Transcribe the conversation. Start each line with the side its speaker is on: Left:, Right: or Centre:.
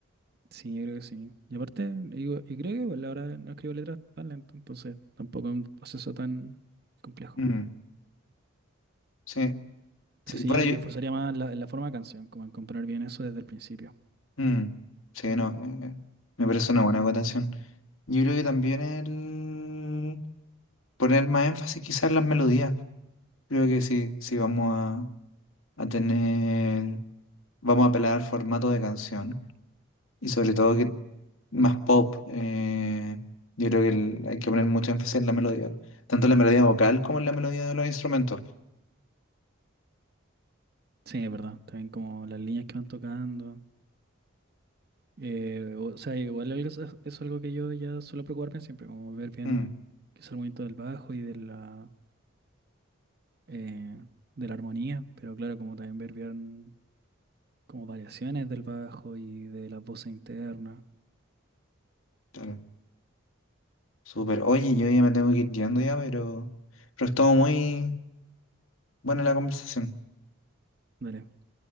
Right: Sí, yo creo que sí. Y aparte, digo, y creo que igual ahora no escribo letras tan lento, entonces tampoco es un proceso tan complejo.
Left: Mm, sí,
Right: Pero
Left: sí.
Right: sí,
Left: Bueno,
Right: yo
Left: yo,
Right: me esforzaría más en la, en la forma de canción, como en componer bien eso desde el principio.
Left: Mm, sí, no, eh, me parece una buena acotación. Yo creo que también el poner más énfasis quizás en las melodías. Creo que sí, sí vamos a, a tener, vamos a apelar al formato de canción y sobre todo que más pop. eh, yo creo que el- hay que poner mucho énfasis en la melodía, tanto en la melodía vocal como en la melodía de los instrumentos.
Right: Sí, es verdad. También como las líneas que van tocando. Eh, o, sea, igual algo es, es algo que yo ya suelo preocuparme siempre, como ver bien
Left: Mm,
Right: qué es el movimiento del bajo y de la, eh, de la armonía. Pero claro, como también ver bien. como variaciones del bajo y de la voz interna.
Left: claro, súper. Oye, yo ya me tengo que ir yendo ya, pero, pero estuvo muy buena la conversación.
Right: Dale,